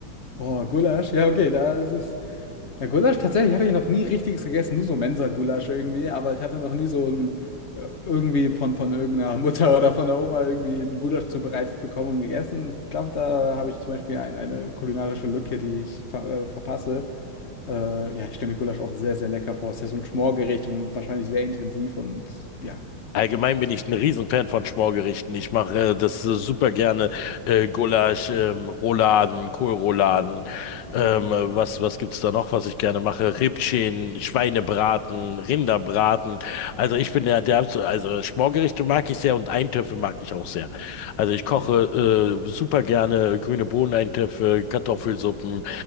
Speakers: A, on the left; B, on the left.
A: Boah, Gulasch. Ja, okay, da ist es. Ja, Gulasch, tatsächlich hatte ich noch nie richtiges gegessen, nur so Mensa-Gulasch irgendwie, aber ich hatte noch nie so ein äh, irgendwie von, von irgendeiner <laughs> Mutter oder von der Oma irgendwie ein Gulasch zubereitet bekommen und gegessen. Ich glaube, da habe ich zum Beispiel ein, eine kulinarische Lücke, die ich ver äh, verpasse. Äh, ja, ich stelle mir Gulasch auch sehr, sehr lecker vor. Es ist ja so ein Schmorgericht und wahrscheinlich sehr intensiv und ja,
B: Allgemein
A: genial.
B: bin ich ein Riesenfan von Schmorgerichten. Ich mache äh, das äh, super gerne. Äh, Gulasch, ähm, Rouladen, Kohlrouladen. Ähm,
A: Mhm.
B: äh, was, was gibt's da noch, was ich gerne mache? Rippchen, Schweinebraten, Rinderbraten. Also ich bin ja der, absol- also Schmorgerichte mag ich sehr und Eintöpfe mag ich auch sehr. Also ich koche
A: Ja.
B: äh, super gerne grüne Bohneneintöpfe, Kartoffelsuppen,